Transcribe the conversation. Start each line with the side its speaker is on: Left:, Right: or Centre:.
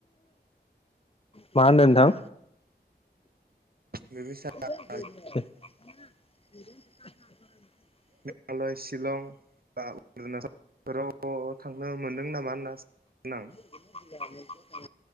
Left: मा होनदों नोंथां?
Right: बे
Left: <unintelligible>
Right: मेघालय शिलं बा अरुनाचलफोराव अ थांनो मोनदों नामा होनना <unintelligible>
Left: <unintelligible>